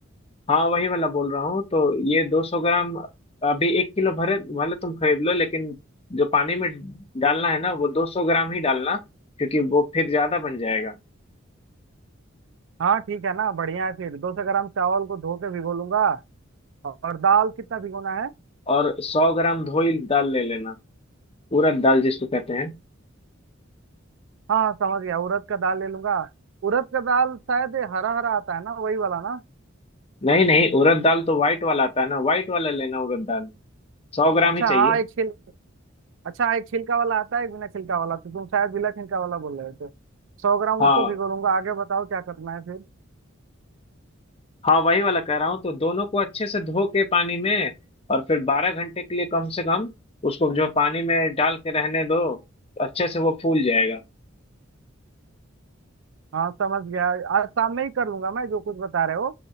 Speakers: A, on the left; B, on the right.
A: हाँ वही वाला बोल रहा हूँ तो ये 200 ग्राम अभी एक किलो भरे भले तुम खरीद लो लेकिन जो पानी में डालना है ना वो 200 ग्राम ही डालना क्योंकि वो फिर ज्यादा बन जाएगा
B: हाँ ठीक है ना बढ़िया है फिर दो सौ ग्राम चावल को धो के भिगो लूंगा और दाल कितना भिगोना है
A: और 100 ग्राम धोई दाल ले लेना उड़द दाल जिसको कहते हैं
B: हाँ समझ गया उड़द का दाल ले लूंगा उड़द का दाल शायद ये हरा हरा आता है ना वही वाला ना
A: नहीं नहीं उड़द दाल तो वाइट वाला आता है ना वाइट वाला लेना उड़द दाल 100 ग्राम
B: अच्छा
A: ही चाहिए
B: हाँ एक छिल अच्छा हाँ, एक छिलका वाला आता है एक बिना छिलका वाला तो तुम शायद बिना छिलका वाला बोल रहे हो तो सौ ग्राम
A: हाँ
B: उसको भिगो लूंगा आगे बताओ क्या करना है फिर
A: हाँ वही वाला कह रहा हूँ तो दोनों को अच्छे से धो के पानी में और फिर बारह घंटे के लिए कम से कम उसको जो पानी में डाल के रहने दो अच्छे से वो फूल जाएगा
B: हाँ समझ गया आज शाम में ही कर लूंगा मैं जो कुछ बता रहे हो